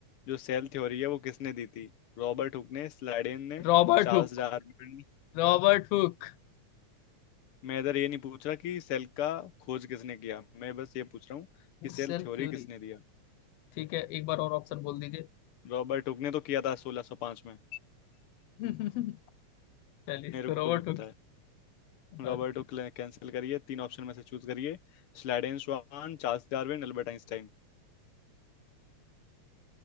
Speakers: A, on the left (about 60°); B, on the left (about 85°).
A: जो सेल थ्योरी है वो किसने दी थी रॉबर्ट हुक ने स्लाइडेन
B: लीजिए
A: ने
B: Robert
A: चार्ल्स
B: Hooke
A: डार्विन
B: Robert Hooke
A: मैं इधर ये नहीं पूछ रहा कि सेल का खोज किसने किया मैं बस ये पूछ रहा हूँ कि सेल
B: cell
A: थ्योरी
B: theory
A: किसने दिया
B: ठीक है एक बार और ऑप्शन बोल दीजिए
A: रॉबर्ट हुक ने तो किया था 1605 में
B: <laughs> चलिए
A: मेरे
B: तो रॉबर्ट
A: को भी
B: हुक
A: पता है रॉबर्ट
B: ओके
A: हुक ने कैंसिल करिए तीन ऑप्शन में से चूज करिए Schleiden Schwann Charles Darwin Albert Einstein